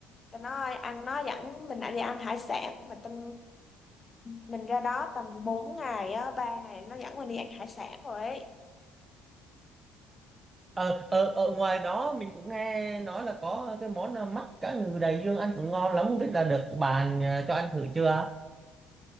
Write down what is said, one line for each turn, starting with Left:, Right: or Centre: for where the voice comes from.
Left: tao nói ăn nó dẫn mình lại đi ăn hải sản mà tâm mình ra đó tầm 4 ngày á ba ngày nó dẫn mình đi ăn hải sản rồi ấy
Right: ờ, ờ, ở ngoài đó mình cũng nghe nói là có cái món là mắt cá ngừ đầy dương ăn cũng ngon lắm không biết là được bạn à, cho ăn thử chưa